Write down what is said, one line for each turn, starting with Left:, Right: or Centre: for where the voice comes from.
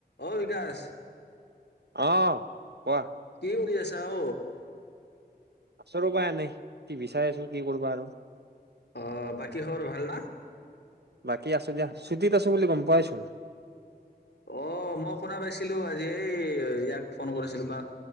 Left: অ', বিকাশ
Right: অ', কোৱা
Left: কি কৰি আছা অ',
Right: আচো ৰ পৰা নাই টিভি চাই আছো কি কৰিবা আৰু
Left: অ বাকী হ ভাল ন
Right: বাকী আছো দিয়া ছুটীত আছো বুলি ক'ম পোৱাই চোন।
Left: অ মই শুনা পাইছিলো আজি এই ইয়াক ফোন কৰিছিলো বা